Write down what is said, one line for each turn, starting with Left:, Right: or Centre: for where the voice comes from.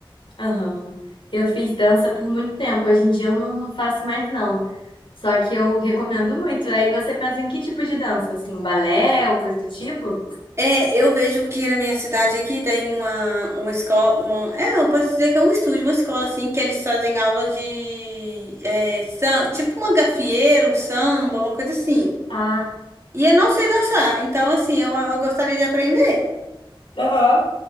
Left: Aham. Eu fiz dança por muito tempo, hoje em dia eu não, não faço mais não. Só que eu recomendo muito. Aí você pensa em que tipo de dança? Assim, balé ou coisa do tipo?
Right: É, eu vejo que na minha cidade aqui tem uma, uma escola, uma, é, eu posso dizer que é um estúdio, uma escola assim, que eles fazem aula de, é, sam- tipo uma gafieira, um samba, uma coisa assim.
Left: Ah.
Right: E eu não sei dançar, então assim, eu, eu gostaria de aprender
Left: Aham.